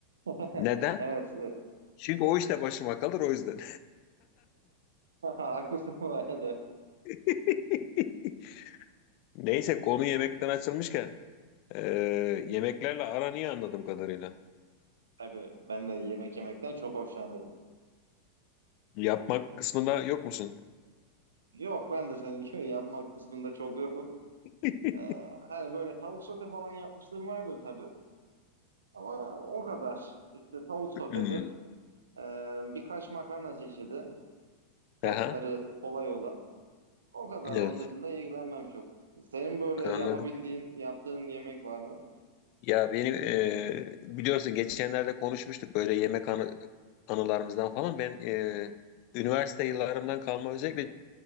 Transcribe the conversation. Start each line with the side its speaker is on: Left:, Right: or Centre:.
Right: <laughs>
Left: Neden?
Right: Evet.
Left: Çünkü o işte başıma kalır o yüzden.
Right: <laughs> Haklısın bu arada.
Left: <laughs> Neyse konu yemekten açılmışken Ee, yemeklerle aran iyi anladığım kadarıyla.
Right: Tabii ben de yemek yemekten çok hoşlanırım.
Left: Yapmak kısmında yok musun?
Right: Yok ben de senin gibi yapmak kısmında çok yokum.
Left: <laughs>
Right: Ee, hani böyle tavuk sote falan yapmışlığım vardır tabii. Ama o kadar. İşte tavuk sotedir,
Left: Hmm.
Right: e, birkaç makarna çeşidi, sosları
Left: Aha,
Right: kolay olan. O kadar.
Left: evet.
Right: Onun dışında ilgilenmem çok. Senin böyle yapabildiğin,
Left: Anladım.
Right: yaptığın yemek var mı?
Left: Ya benim e, biliyorsun geçenlerde konuşmuştuk böyle yemek anı, anılarımızdan falan. Ben e, üniversite yıllarımdan kalma özellikle